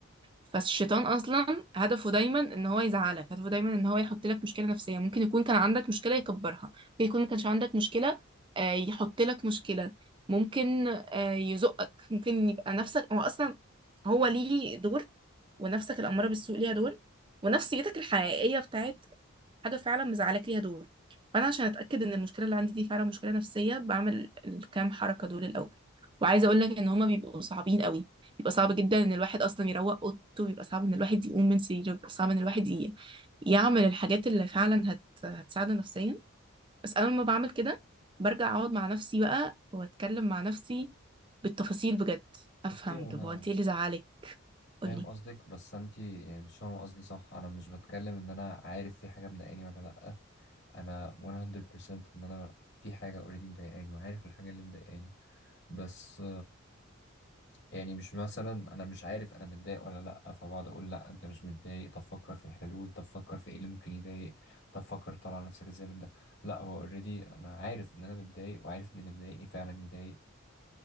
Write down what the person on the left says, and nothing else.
بصي وانا
فاهم قصدك بس انت يعني مش فاهمه قصدي صح انا مش بتكلم ان انا عارف في حاجه مضايقاني ولا لا انا 100% ان انا في حاجه اوريدي مضايقاني وعارف الحاجه اللي مضايقاني بس يعني مش مثلا انا مش عارف انا متضايق ولا لا فبقعد اقول لا انت مش متضايق طب فكر في الحلول طب فكر في ايه اللي ممكن يضايق طب فكر تطلع نفسك ازاي من ده لا هو اوريدي انا عارف ان انا متضايق وعارف ان اللي مضايقني فعلا يضايق